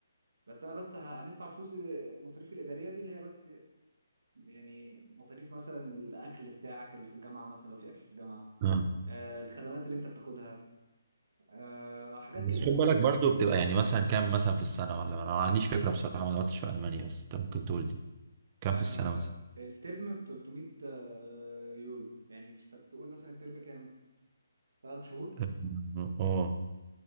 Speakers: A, on the right (about 65°); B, on the right (about 30°).
A: بس انا بس ه- هندفع فلوس مصاريفي الاداريه دي اللي هي بس يعني مصاريف مثلا الاكل بتاعك اللي في الجامعه مثلا لو في اكل في الجامعه
B: آه.
A: آه، الخدمات اللي انت بتاخدها آه، حاجات
B: بس
A: كده
B: خد بالك برضو بتبقى يعني مثلا كام مثلا في السنة ولا انا ما عنديش فكرة بصراحة ما دورتش في ألمانيا بس انت ممكن تقول لي كام
A: آه،
B: في السنة مثلا
A: الترم ب 300 آه، يورو يعني انت بتقول مثلا الترم كام ثلاث شهور
B: أم، اه